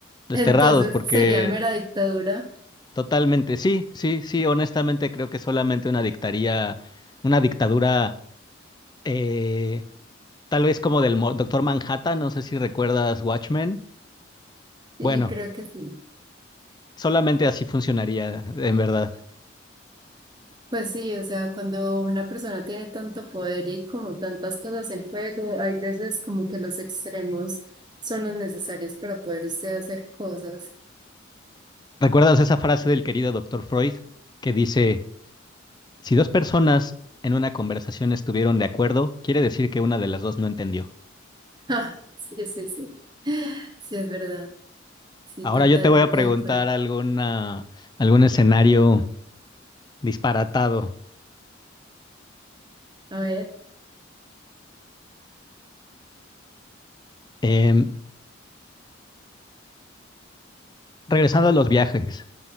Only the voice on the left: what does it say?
desterrados,
porque
totalmente, sí, sí, sí, honestamente creo que solamente una dictaría, una dictadura. eh, Tal vez como del mo- Doctor Manhattan, no sé si recuerdas Watchmen.
Bueno,
solamente así funcionaría, en verdad.
¿Recuerdas esa frase del querido Doctor Freud que dice, si dos personas en una conversación estuvieron de acuerdo, quiere decir que una de las dos no entendió?
Ahora
yo te voy a preguntar
alguna, algún escenario disparatado.
Em, regresando a los viajes,